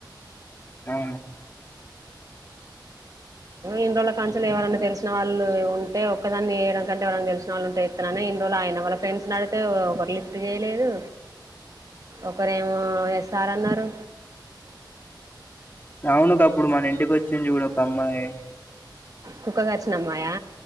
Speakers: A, on the left; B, on the right.
A: ఆ
B: ఇన్ని రోజుల కాంచులు ఎవరన్నా తెలుసు వాళ్ళు ఉంటే ఒక్కదాన్ని వేయడం కంటే ఎవరైనా తెలిసిన వాళ్ళుంటే ఇత్తననే ఇన్ని రోజు ఆగిన వాళ్ళ ఫ్రెండ్స్ నీ అడిగీతే లిఫ్ట్ చేేయలేదు ఒకరేమో ఎస్ ఆర్ అన్నారు
A: అవును గప్పుడు మన ఇంటికి వచ్చింది చూడు ఒక అమ్మాయి
B: కుక్క కర్చినమ్మాయా